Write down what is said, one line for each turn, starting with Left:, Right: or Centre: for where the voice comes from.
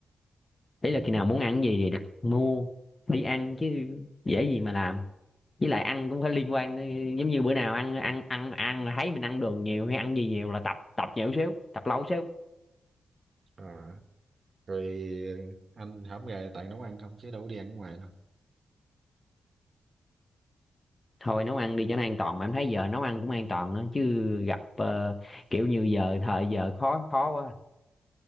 Left: ý
Right: ừ.
Left: là khi nào muốn ăn gì thì đặt mua đi ăn chứ dễ gì mà làm với lại ăn cũng phải liên quan đến- giống như bữa nào ăn ăn ăn ăn là thấy mình ăn đường nhiều hay ăn gì nhiều là tập tập nhiều xíu tập lâu xíu
Right: à rồi anh không về tại nấu ăn không chứ đâu có đi ăn ngoài đâu
Left: thôi nấu ăn đi cho nó an toàn mà em thấy giờ nấu ăn cũng an toàn nữa chứ gặp ờ, kiểu như giờ thời giờ khó khó quá